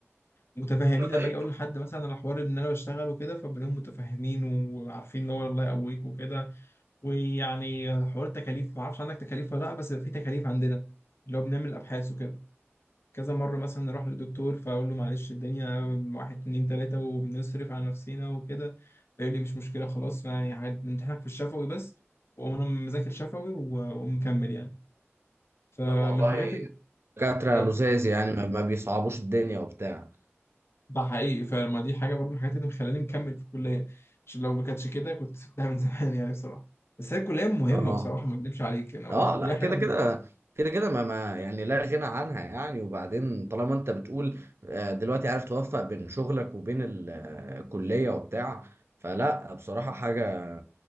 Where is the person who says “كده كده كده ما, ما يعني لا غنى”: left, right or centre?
Right